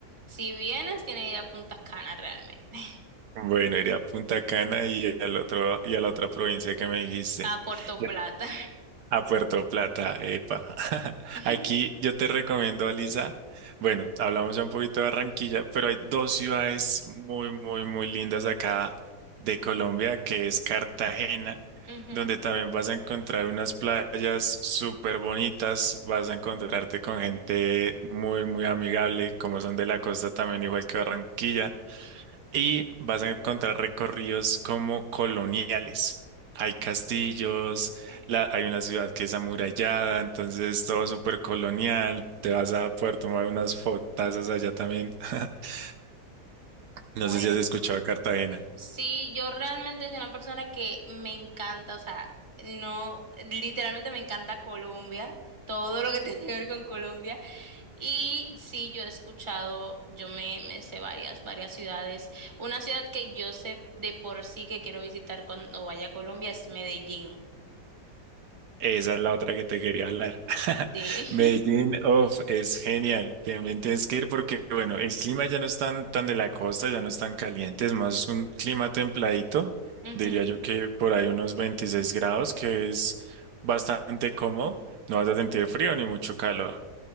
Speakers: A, on the right; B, on the right.
A: Si vienes, tienes que ir a Punta Cana realmente.
B: Bueno, iré a Punta Cana y al otro, y a la otra provincia que me dijiste.
A: a Puerto
B: Yo-
A: Plata.
B: A Puerto Plata, epa. <laughs>
A: <laughs>
B: Aquí yo te recomiendo, Alisa. Bueno, hablamos ya un poquito de Barranquilla, pero hay dos ciudades muy, muy, muy lindas acá de Colombia, que es Cartagena,
A: Ujú,
B: donde también vas a encontrar unas playas súper bonitas, vas a encontrarte con gente muy, muy amigable, como son de la costa también, igual que Barranquilla y vas a encontrar recorridos como coloniales. Hay castillos,
A: ok.
B: la- hay una ciudad que es amurallada, entonces todo súper colonial. Te vas a poder tomar unas fotazas allá también. <laughs>
A: Bueno,
B: No sé si has escuchado de Cartagena.
A: sí, yo realmente soy una persona que me encanta, o sea, no, literalmente me encanta Colombia, todo lo que <laughs> tiene que ver con Colombia. Y sí, yo he escuchado, yo me, me sé varias, varias ciudades. Una ciudad que yo sé de por sí que quiero visitar cuando vaya a Colombia es Medellín.
B: Esa es la otra que te quería hablar. <laughs>
A: Sí.
B: Medellín, of es genial. También tienes que ir porque, bueno, el clima ya no es tan, tan de la costa, ya no es tan caliente, es más un clima templadito.
A: <laughs> Ujú.
B: Diría yo que por ahí unos 26 grados, que es bastante cómodo. No vas a sentir frío ni mucho calor.